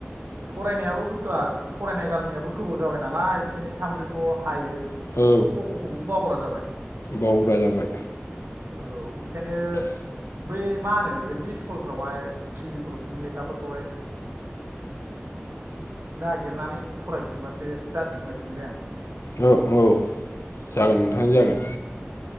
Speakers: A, on the right; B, on the left.
A: फरायनायाबो बुस्थुआ फरायनाय गारनायाबो गोबाव जाबाय नालाय से नै थाम ब्रै खौल' हायो।
B: औ
A: क ख खौ बावग्रा जाबाय।
B: बावग्रा जाबाय।
A: औ बेखायनो बै मा होनो एल पि स्कुलफ्रावहाय गिबि खलबनि लेखाफोरखौहाय नागिरनानै फरायफिनबासो जासिगोन बायदि मोनबाय आं।
B: औ औ
A: औ
B: जागोन नोंथां जागोन